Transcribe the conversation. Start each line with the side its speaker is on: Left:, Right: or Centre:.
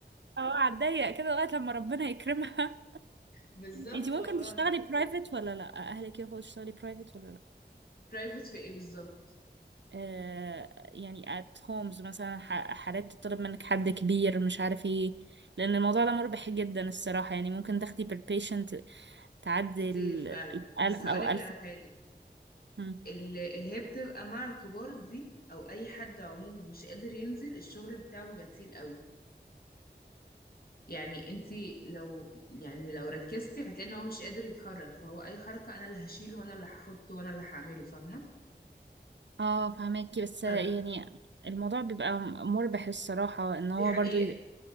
Right: اه هتضيق كده لغاية لما ربنا يكرمها
Left: بالظبط
Right: انتي ممكن
Left: والله
Right: تشتغلي برايفت ولا لا اهلك يوافقوا تشتغلي برايفت ولا لا
Left: برايفت في ايه بالظبط
Right: آه يعني ات هومز مثلا ح- حالات تطلب منك حد كبير مش عارف ايه لان الموضوع ده مربح جدا الصراحة يعني ممكن تاخدي بير بيشنت تعدي
Left: كتير
Right: ال
Left: فعلا بس
Right: 1000
Left: هقولك
Right: او 1000
Left: على حاجة
Right: ونص.
Left: اللي, اللي هي بتبقى مع الكبار دي او اي حد عموما مش قادر ينزل الشغل بتاعه بيبقى تقيل قوي يعني انتي لو يعني لو ركزتي هتلاقي ان هو مش قادر يتحرك فهو اي حركة انا اللي هشيله وانا اللي هحطه وانا اللي هعمله فاهمة
Right: اه فهماكي بس
Left: فدي
Right: يعني الموضوع بيبقى مربح الصراحة ان هو
Left: حقيقة
Right: برضو ي-